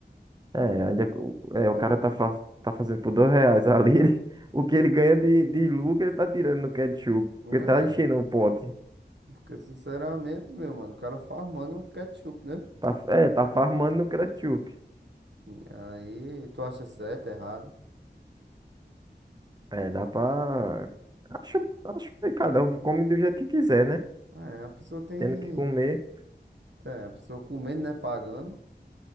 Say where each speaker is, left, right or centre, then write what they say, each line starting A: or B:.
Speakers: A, on the right; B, on the right.
A: É, ainda, o- é, o cara tá, fa- tá fazendo por dois reais ali. <laughs> ele- o que ele ganha de, de lucro, ele tá tirando no ketchup.
B: É.
A: Porque tá enchendo o pote.
B: Porque, sinceramente, meu mano, o cara farmando o ketchup, né?
A: Tá, é, tá farmando no ketchup.
B: E aí, tu acha certo, errado?
A: É, dá pra. Acho, acho que cada um come do jeito que quiser, né?
B: É, a pessoa tem.
A: Tendo que comer.
B: É, a pessoa comendo, né? Pagando.